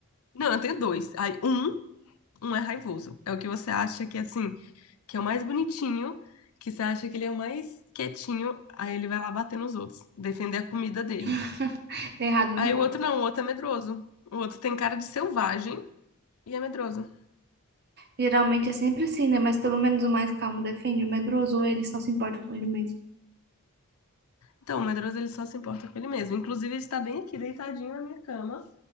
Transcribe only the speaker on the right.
<laughs> Tá errado, não
tá.
Geralmente é sempre assim, né? Mas pelo menos o mais calmo defende o medroso ou ele só se importa com ele mesmo.